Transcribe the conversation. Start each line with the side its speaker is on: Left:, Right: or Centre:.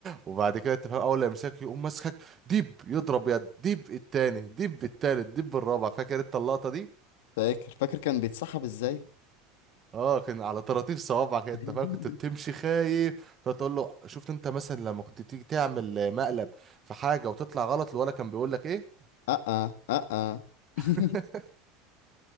Right: وبعد كده تفهم اول لا يمسكك يقوم ماسكك ديب يضرب يد ديب التاني ديب التالت ديب الرابع فاكر انت اللقطه دي
Left: فاكر فاكر كان بيتسحب ازاي
Right: اه كان على طراطيف صوابعك انت
Left: <laughs>
Right: فاهم كنت بتمشي خايف تقعد تقول له شفت انت مثلا لما كنت تيجي تعمل آه، مقلب في حاجه وتطلع غلط الولا كان بيقول لك ايه
Left: اه اه اه <laughs>
Right: <laughs>